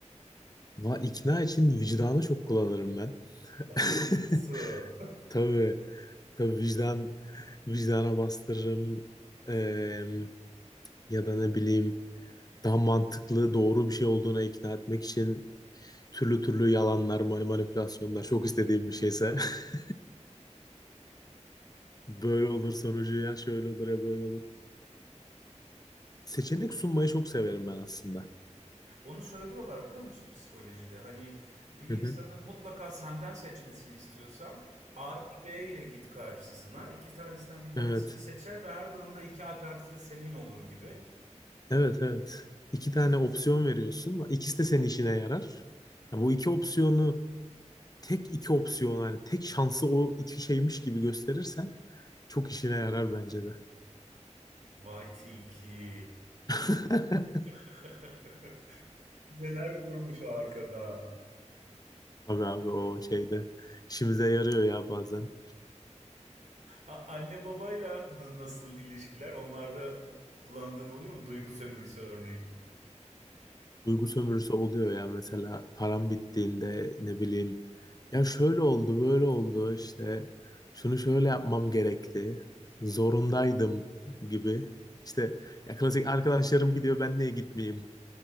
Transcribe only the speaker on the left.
Va ikna için vicdanı çok kullanırım ben. <laughs>
Tabii. Tabii vicdan vicdana bastırırım Eee, ya da ne bileyim daha mantıklı doğru bir şey olduğuna ikna etmek için türlü türlü yalanlar, mani- manipülasyonlar çok istediğim bir şeyse <laughs> böyle olur sonucu ya şöyle olur ya böyle olur. Seçenek sunmayı çok severim ben aslında.
Hı
hı.
Evet.
Evet evet. İki tane opsiyon veriyorsun. İkisi de senin işine yarar. Ya bu iki opsiyonu tek iki opsiyon yani tek şansı o iki şeymiş gibi gösterirsen çok işine yarar bence de.
<laughs>
Tabii abi o şeyde işimize yarıyor ya bazen.
Duygu sömürüsü oluyor ya mesela param bittiğinde ne bileyim ya şöyle oldu böyle oldu işte şunu şöyle yapmam gerekti. Zorundaydım gibi. işte ya klasik arkadaşlarım gidiyor ben niye gitmeyeyim?